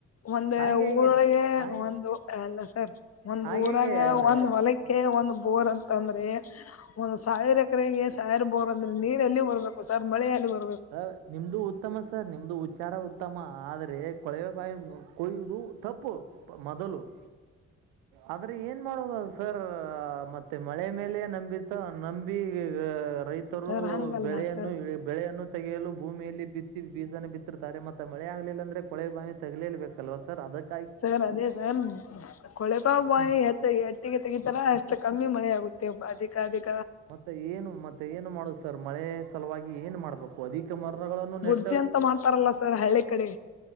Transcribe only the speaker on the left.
ಒಂದ
ಊರೊಳಗೆ
ಒಂದು ಅಲ್ಲ ಸರ್ ಒಂದ್
ಬಊರಾಗ
ಒಂದ್ ಹೊಲಕ್ಕೆ ಒಂದ್ ಬೋರ್ ಅಂತ ಂದ್ರೆ <unintelligible> ಒಂದ್ ಸಾವಿರ ಎಕರೆಗೆ ಸಾವಿರ್ ಬೋರ್ ಅಂದ್ರೆ ನೀರಲ್ಲಿ ಬರ್ಬೇಕು ಸರ್ ಮಳೆಯಲ್ಲಿ ಬ
ಸರ್ ಹಂಗಲ್ಲ
ಸರ್
ಸರ್ ಅದೇ ಸರ್ ಕೊಳೆಪ ಬಾಯಿತ್ತ
ಎಟ್ಟಿಗೆ ತೆಗಿತಾರ ಅಷ್ಟ ಕಮ್ಮಿ ಮಳೆ ಆ ಅದಿಕ ಅಿಕ <unintelligible>
ಅಜ್ಜಿ ಅಂತ ಮಾಡ್ತಾರಲ್ಲ ಸರ್ ಹಳ್ಳಿ ಕಡೆ